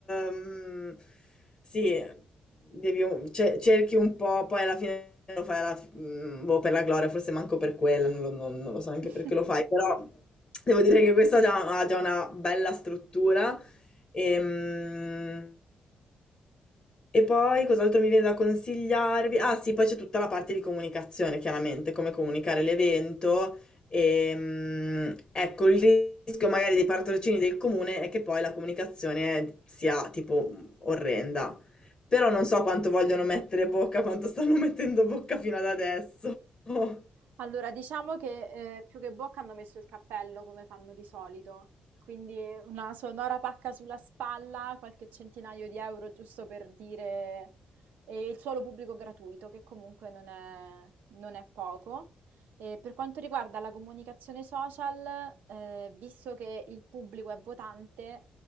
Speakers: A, on the left (about 30°); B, on the right (about 85°).
A: ehm, sì, devi un- ce- cerchi un po', poi alla fine lo fai alla fi- mm, boh, per la gloria, forse manco per quella, non lo, non- non lo so neanche
B: <laughs>
A: perché lo fai, però devo dire che questa ha già- ha già una bella struttura Ehm, E poi cos'altro mi viene da consigliarvi? Ah sì, poi c'è tutta la parte di comunicazione, chiaramente, come comunicare l'evento. Ehm, ecco, il rischio magari dei patrocini del comune è che poi la comunicazione sia tipo orrenda. Però non so quanto vogliono mettere bocca, quanto stanno <laughs> mettendo bocca fino ad adesso. <laughs>
B: Allora, diciamo che, ehm, più che bocca hanno messo il cappello come fanno di solito, quindi una sonora pacca sulla spalla, qualche centinaio di euro giusto per dire e il suolo pubblico gratuito, che comunque non è, non è poco. E per quanto riguarda la comunicazione social, eh, visto che il pubblico è votante,